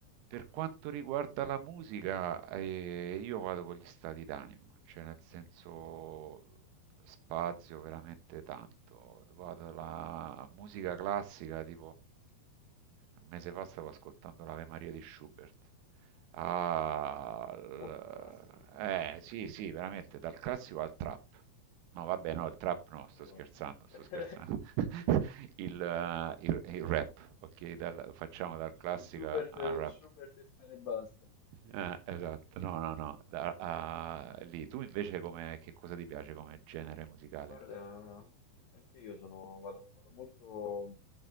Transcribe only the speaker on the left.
eh, è molto classica,
però
<laughs>
Schu-
Schubert,
Schubert e spera e basta.
Eh,
Guarda, anche io sono, vado, vado molto.